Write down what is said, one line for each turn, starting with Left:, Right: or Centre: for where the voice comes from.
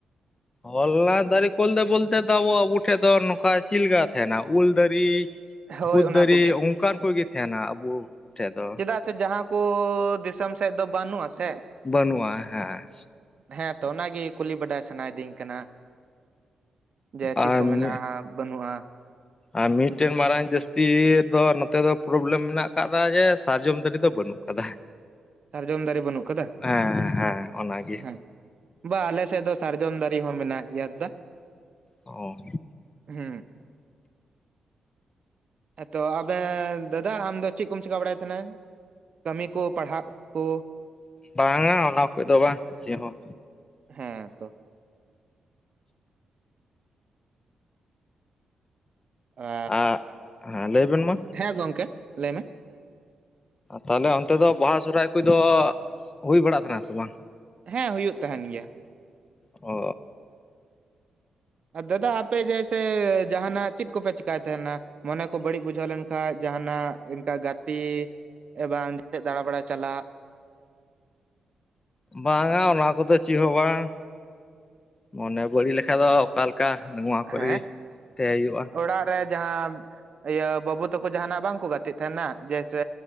Left: ᱦᱚᱞᱞᱟ ᱫᱟᱨᱮ ᱠᱚᱞᱛᱮ ᱵᱚᱞᱛᱮ ᱫᱚᱚ ᱟᱵᱚ ᱟᱵᱚ ᱴᱷᱮᱡ ᱫᱚ ᱱᱚᱝ ᱠᱟ ᱪᱮᱫ ᱞᱮᱠᱟ ᱛᱟᱦᱮᱱᱟ ᱩᱞ ᱫᱟᱨᱮ,
Right: ᱦᱳᱭ
Left: ᱠᱩᱫ
Right: ᱚᱱᱟ
Left: ᱫᱟᱨᱮ
Right: ᱠᱚᱜᱮ
Left: ᱚᱱᱠᱟᱱ ᱠᱚᱜᱮ ᱛᱟᱦᱮᱱᱟ ᱟᱵᱚ ᱴᱷᱮᱡ ᱫᱚ᱾
Right: ᱪᱮᱫᱟᱜ ᱥᱮ ᱡᱟᱦᱟᱸ ᱠᱚ ᱫᱤᱥᱚᱢ ᱥᱮᱫ ᱫᱚ ᱵᱟᱹᱱᱩᱜᱼᱟ ᱥᱮ
Left: ᱵᱟᱹᱱᱩᱜᱼᱟ ᱦᱮᱸ
Right: ᱦᱮᱸ ᱛᱚ ᱚᱱᱟᱜᱮ ᱠᱩᱞᱤ ᱵᱟᱰᱟᱭ ᱥᱟᱱᱟᱭᱤᱫᱤᱧ ᱠᱟᱱᱟ᱾ ᱡᱮ ᱪᱮᱫ
Left: ᱟᱨ
Right: ᱠᱚ ᱢᱮᱱᱟᱜᱼᱟ
Left: ᱢᱤᱫ
Right: ᱵᱟᱹᱱᱩᱜᱼᱟ᱾
Left: ᱟᱨ ᱢᱤᱫᱴᱮᱱ ᱢᱟᱨᱟᱝ ᱡᱟᱹᱥᱛᱤ ᱫᱚ ᱱᱚᱛᱮ ᱫᱚ ᱯᱨᱚᱵᱞᱮᱢ ᱢᱮᱱᱟᱜ ᱟᱠᱟᱫᱟ ᱡᱮ ᱥᱟᱨᱡᱚᱢ ᱫᱟᱨᱮ ᱫᱚ ᱵᱟᱹᱱᱩᱜ ᱠᱟᱫᱟ᱾
Right: ᱥᱟᱨᱡᱚᱢ ᱫᱟᱨᱮ ᱵᱟᱹᱱᱩᱜ ᱠᱟᱫᱟ
Left: ᱦᱮᱸ ᱦᱮᱸ ᱚᱱᱟᱜᱮᱼᱼ
Right: ᱦᱮᱸ ᱵᱟ ᱟᱞᱮᱥᱮᱫ ᱫᱚ ᱥᱟᱨᱡᱚᱢ ᱫᱟᱨᱮ ᱦᱚᱸ ᱢᱮᱱᱟᱜ ᱜᱮᱭᱟ ᱫᱟ
Left: ᱚ
Right: ᱦᱩᱸ ᱛᱚ ᱟᱵᱮᱱ ᱫᱟᱫᱟ ᱟᱢᱫᱚ ᱪᱮᱫ ᱠᱚᱢ ᱪᱤᱠᱟᱹ ᱵᱟᱲᱟᱭ ᱛᱟᱦᱮᱱᱟ ᱠᱟᱹᱢᱤ ᱠᱚ ᱯᱟᱲᱦᱟᱜ ᱠᱚᱼᱼ
Left: ᱵᱟᱝᱼᱟ ᱚᱱᱟ ᱠᱚ ᱫᱚ ᱵᱟᱝ ᱪᱮᱫ ᱦᱚᱸ
Right: ᱦᱮᱸ ᱛᱚᱼᱼ ᱟᱻ
Left: ᱟᱨ ᱦᱮᱸ ᱞᱟᱹᱭ ᱵᱮᱱ ᱢᱟ
Right: ᱦᱮᱸ ᱜᱚᱝᱠᱮ ᱞᱟᱹᱭ ᱢᱮ?
Left: ᱛᱟᱦᱚᱞᱮ ᱚᱱᱛᱮ ᱫᱚ ᱵᱟᱦᱟ ᱥᱚᱦᱚᱨᱟᱭ ᱠᱚᱫᱚ ᱦᱩᱭ ᱵᱟᱲᱟᱜ ᱠᱟᱱᱟ ᱥᱮ ᱵᱟᱝ?
Right: ᱦᱮᱸ ᱦᱩᱭᱩᱜ ᱛᱟᱦᱮᱱ ᱜᱮᱭᱟ᱾
Left: ᱚᱻ
Right: ᱟᱨ ᱫᱟᱫᱟ ᱟᱯᱮ ᱡᱮᱼᱼ ᱥᱮ ᱡᱟᱦᱟᱱᱟᱜ ᱪᱮᱫ ᱠᱚᱯᱮ ᱪᱮᱠᱟᱭ ᱛᱟᱦᱮᱱᱟ᱾ ᱢᱚᱱᱮ ᱠᱚ ᱵᱟᱹᱲᱤᱡ ᱵᱩᱡᱷᱟᱹᱣ ᱞᱮᱱᱠᱷᱟᱡ ᱡᱟᱦᱟᱱᱟᱜ ᱤᱱᱠᱟ ᱜᱟᱛᱮᱼᱼ ᱮᱵᱟᱝ ᱫᱟᱬᱟ ᱵᱟᱲᱟᱭ ᱪᱟᱞᱟᱜ,
Left: ᱵᱟᱝᱼᱟ ᱚᱱᱟ ᱠᱚᱫᱚ ᱪᱮᱫ ᱦᱚᱸ ᱵᱟᱝ ᱢᱟᱱᱮ ᱵᱟᱹᱲᱤᱡ ᱞᱮᱠᱟᱱ ᱫᱚᱼᱼ ᱚᱠᱟᱞᱮᱠᱟ ᱱᱚᱣᱟ ᱠᱚᱨᱮᱜᱮ
Right: ᱦᱮᱸ
Left: ᱛᱟᱦᱮᱸ ᱦᱩᱭᱩᱜᱼᱟ᱾
Right: ᱚᱲᱟᱜ ᱨᱮ ᱡᱟᱦᱟᱸ ᱤᱭᱟᱹ ᱵᱟᱹᱵᱩ ᱛᱟᱠᱚ ᱡᱟᱦᱟᱱᱟᱜ ᱵᱟᱝ ᱠᱚ ᱜᱟᱛᱮᱜ ᱛᱟᱦᱮᱱᱟ ᱡᱮᱭᱥᱮᱼᱼ